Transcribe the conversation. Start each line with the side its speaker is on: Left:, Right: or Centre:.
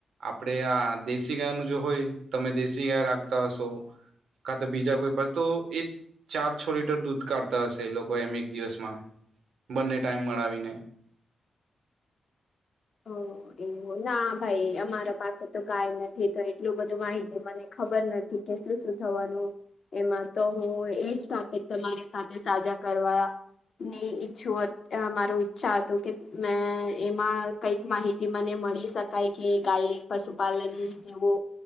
Right: આપણેે આ દેશી ગાય નું જો હોય તમે દેશી ગાય રાખતા હશો. કા તો બીજા કોઈ પણ તો એ ચાર છ લીટર દૂધ કાઢતા હશે લોકો એમ એક દિવસમાં બંને ટાઈમ મળાવીને
Left: હો એ ના ભાઈ અમારા પાસે તો ગાય નથી તો એટલું બધું માહિતી મને ખબર નથી. કે શું શું થવાનું એમાં તો હું એજ ટોપિક તમારી સાથે સાજા કરવાયા ની ઈચ્છું અ મારુ ઈચ્છા હતું કે મેં એમાં કઈક માહિતી મને મળી શકાય કે ગાય પશુપાલન જેવો